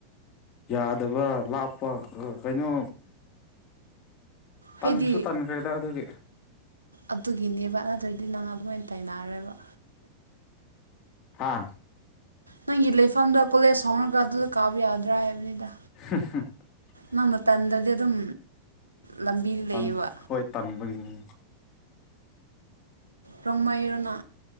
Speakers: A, on the left (about 35°); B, on the right (about 80°).
A: ꯌꯥꯗꯕ ꯂꯥꯞꯄ ꯀꯩꯅꯣ
B: ꯍꯥꯏꯗꯤ
A: ꯇꯟꯁꯨ ꯇꯟꯈ꯭ꯔꯦꯗ ꯑꯗꯨꯒꯤ
B: ꯑꯗꯨꯒꯤꯅꯦꯕ ꯑꯗꯨꯠꯇ꯭ꯔꯗꯤ ꯅꯪꯅ ꯑꯗꯨꯃꯥꯏꯅ ꯇꯅꯔꯣꯏꯕ
A: ꯍꯥꯥ
B: ꯅꯪꯒꯤ ꯂꯩꯐꯝꯗ ꯀꯣꯂꯦꯖ ꯍꯧꯔꯒ ꯑꯗꯨꯗ ꯀꯥꯕ ꯌꯥꯗ꯭ꯔꯥ ꯍꯥꯏꯕꯅꯤꯗ
A: <inaudible>
B: ꯅꯃ ꯇꯗꯗꯤ ꯑꯗꯨꯝ ꯂꯝꯕꯤꯗ ꯂꯩꯌꯦꯕ
A: ꯥꯟ ꯍꯣꯏ ꯇꯟꯕꯒꯤꯅꯤ
B: ꯔꯣꯡꯃꯥꯏꯣꯔꯣꯅꯥ